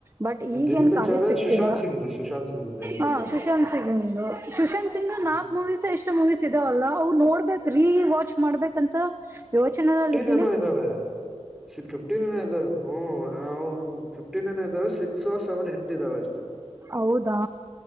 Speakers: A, on the right; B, in the centre.
A: ಬಟ್ ಈಗೇನ್
B: ದಿಲ್ ಬೇಚಾರೆ
A: ಕಾಲೇಜ್ ಸಿಗ್ತಿರ.
B: ಸುಶಾಂತ್ ಸಿಂಗ್ದು ಸುಶಾಂತ್ ಸಿಂಗ್ದು ದಿಲ್
A: ಹಾ
B: ಬೇಚಾರೆ
A: ಸುಶಾಂತ್ ಸಿಂಗ್ಂದು ಸುಶಾಂತ್ ಸಿಂಗ್ ನ
B: ಹ್ಮ್
A: ನಾಕ್ ಮೂವೀಸ್ ಎಷ್ಟು ಮೂವೀಸ್ ಇದಾವಲ್ಲ ಅವವು ನೋಡ್ಬೇಕು. ರೀ ವಾಚ್ ಮಾಡ್ಬೇಕಂತ ಯೋಚನೆಲ್ಲ ಇದ.
B: ಇದಾವ ಫಿಫ್ಟನ್ ಏನೋ ಇದ ಹ್ಟ. ಫ ಇದಾವೆ ಸಿಕ್ಸ್ ಓರ್ ಸೆವೆನ್ ಇಟ್ಟ ಇದಾವೆ ಅಷ್ಟೇ.
A: ಹೌದಾ.